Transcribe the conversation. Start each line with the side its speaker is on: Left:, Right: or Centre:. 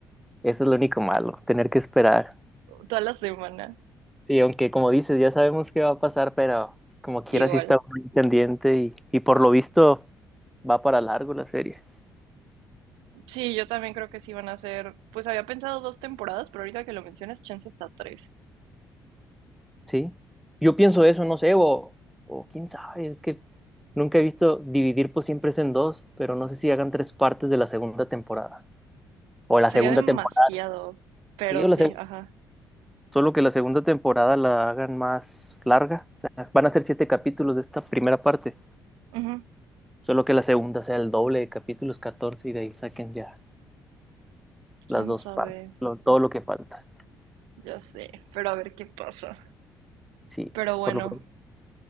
Centre: Eso es lo único malo, tener que esperar.
Right: Toda la semana.
Centre: Sí, aunque como dices, ya sabemos qué va a pasar, pero como quiera
Right: Igual.
Centre: sí está muy pendiente y, y por lo visto va para largo la serie.
Right: Sí, yo también creo que sí van a ser. Pues había pensado dos temporadas, pero ahorita que lo mencionas, chance hasta tres.
Centre: Sí, yo pienso eso, no sé, o, o quién sabe, es que nunca he visto dividir pues siempre es en dos, pero no sé si hagan tres partes de la segunda temporada. O la
Right: Sería
Centre: segunda
Right: demasiado.
Centre: temporada,
Right: Pero
Centre: sí, o
Right: sí,
Centre: la seg-
Right: ajá.
Centre: solo que la segunda temporada la hagan más larga. O sea, van a ser siete capítulos de esta primera parte,
Right: Ujú.
Centre: solo que la segunda sea el doble de capítulos, 14 y de ahí saquen ya las
Right: Quién
Centre: dos
Right: sabe.
Centre: partes, lo- todo lo que falta.
Right: Ya sé. Pero a ver qué pasa.
Centre: Sí,
Right: Pero bueno.
Centre: por lo pronto.